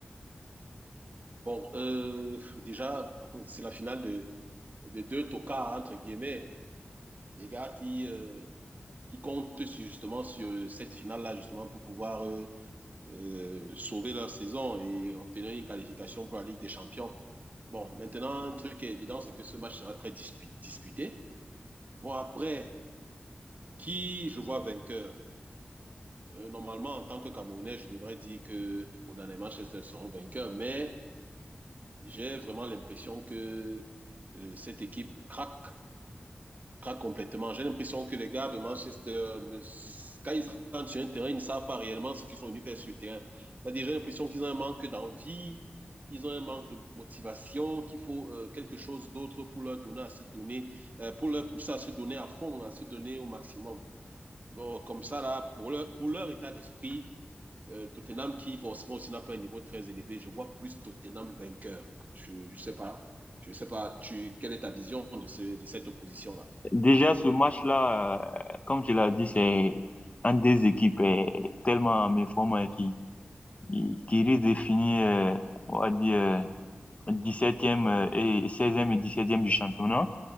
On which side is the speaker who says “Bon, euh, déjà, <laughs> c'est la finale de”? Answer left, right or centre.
Right